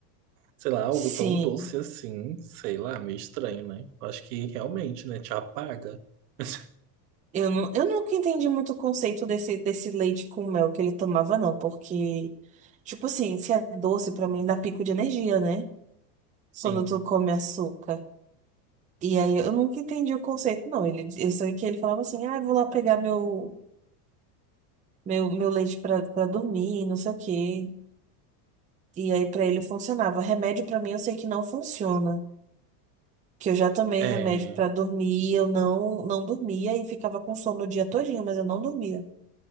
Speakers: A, on the right (about 75°); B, on the right (about 15°).
A: Sei lá, algo
B: Sim.
A: tão doce assim, sei lá, meio estranho, né? Eu Acho que realmente, né, te apaga. <laughs>
B: Eu, não, eu nunca entendi muito o conceito desse, desse leite com mel que ele tomava, não, porque, tipo assim, se é doce, pra mim dá pico de energia, né?
A: Sim.
B: Quando tu come açúcar. E aí eu nunca entendi o conceito, não. Ele, eu sei que ele falava assim, ah, eu vou lá pegar meu, meu, meu leite pra, pra dormir, não sei o quê. E aí pra ele funcionava. Remédio pra mim eu sei que não funciona, que eu já tomei
A: É,
B: remédio pra dormir, eu não não dormia e ficava com sono o dia todinho, mas eu não dormia.